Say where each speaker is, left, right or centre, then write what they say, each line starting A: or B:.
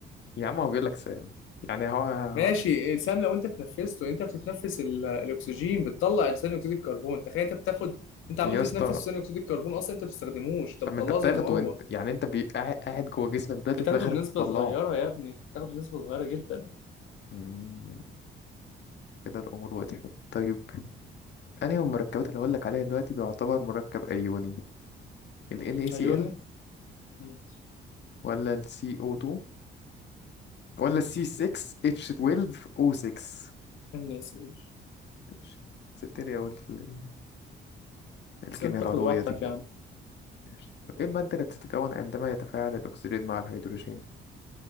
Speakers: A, on the left; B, on the left.
A: يا عم هو بيقول لك سام يعني هو
B: ماشي سام لو انت تنفسته انت بتتنفس ال- الاكسجين بتطلع ثاني اكسيد الكربون تخيل انت بتاخد انت عمال
A: يا
B: تتنفس
A: اسطى
B: ثاني اكسيد الكربون اصلا انت ما بتستخدموش انت
A: طب
B: بتطلعه
A: ما انت بتاخده
B: زي ما هو
A: وانت يعني انت بي... قاعد قاعد جوه جسمك دلوقتي
B: بتاخده
A: وفي الاخر
B: بنسبة
A: تطلعه
B: صغيرة يا ابني بتاخده بنسبة صغيرة جدا
A: أمم. كده الامور وضحت طيب انهي من المركبات اللي هقول لك عليها دلوقتي بيعتبر مركب ايوني ال NaCl
B: عيوني مم.
A: ولا ال CO2 ولا سي 6 اتش 12 او 6
B: استني اسال
A: ماشي سبتني اقول في ال- الكيمياء
B: سيبك تاخد
A: العضوية
B: راحتك
A: دي
B: يا عم
A: ماشي طب ايه المادة اللي بتتكون عندما يتفاعل الاكسجين مع الهيدروجين